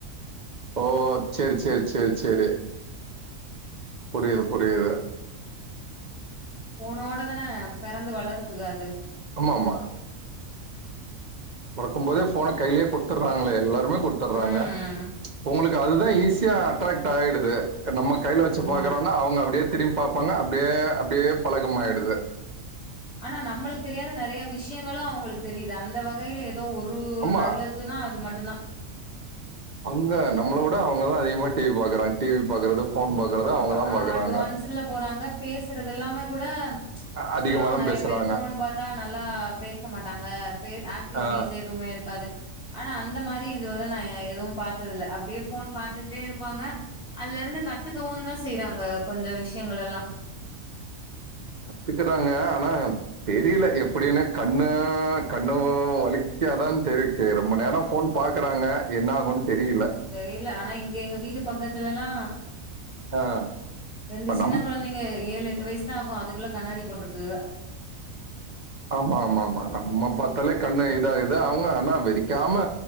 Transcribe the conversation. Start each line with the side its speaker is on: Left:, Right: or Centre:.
Right: ஓ சேரி சேரி சேரி சேரி புரியிது புரியிது
Centre: போனோட தானே பிறந்து வளருதுக அது
Right: ஆமாமா பொறக்கும் போதே போன கைலே குடுத்துர்றாங்ளே எல்லா ருமே குட்த்திர்றாங்க
Centre: ம்
Right: உங்ளுக்கு அதுதா ஈஸியா அட்ராக்ட் ஆயிடுது நம்ம கைல வச்சு
Centre: ஆமா
Right: பாக்குறோனா அவுங்க அப்டியே திரிம் பாப்பாங்க அப்டியே அப்டியே பழகமாய்டுது
Centre: ஆனா நம்மளுக் தெரியாத நறைய விஷ்யங்களு அவுங்களுக் தெரியுது அந்த வகையில ஏதோ ஒரு
Right: ஆமா
Centre: நல்ல துனா அது மட்டுந்தா
Right: அங்க நம்ளவுட அவுங்க தா அதிகமா டி வி பாக்குறாங்க டி வி பாக்குறது ஃபோன் பாக்குறது
Centre: போன்பா
Right: அவங்கதா
Centre: ஆ
Right: பாக்குறாங்க
Centre: அட்வான்ஸுல போறாங்க பேசுறது எல்லாமே கூட
Right: அதிகமா
Centre: சொல்லுவாங்க
Right: தா
Centre: நறைய
Right: பேசுறாங்க
Centre: பேரு போன் பாத்தா நல்லா பேச மாட்டாங்க பே ஆக்டிவிட்டிஸ்
Right: ஆ
Centre: எதுமே இருக்காது ஆனா அந்த மாரி இதுவர நா எதுவும் பாத்தது இல்ல அப்டியே போன் பாத்துட்டே இருப்பாங்க அதுல இருந்து கத்துக்கவு தா செய்றாங்க கொஞ்ச விஷயங்கள எல்லா
Right: கத்துக்குறாங்க ஆனா தெரில எப்டின்னு கண்ணு கண்ணு வலிக்காதான் தெரி கே ரொம்ப நேரோ போன் பாக்குறாங்க என்ன ஆகுன் தெரில
Centre: தெரில ஆனா இங்க எங்க வீட்டு பக்கத்துலலா
Right: ஆ
Centre: ரெண்டு
Right: இப்ப
Centre: சின்ன
Right: நம்
Centre: கொழந்தைங்க ஏழு எட்டு வயசு தா ஆகு அதுக்குள்ள கண்ணாடி போட்டிருக்குக
Right: ஆமா ஆமா ஆமா நம்ம பார்த்தாலே கண்ணு இதாகுது அவுங்க ஆனா வெறிக்காம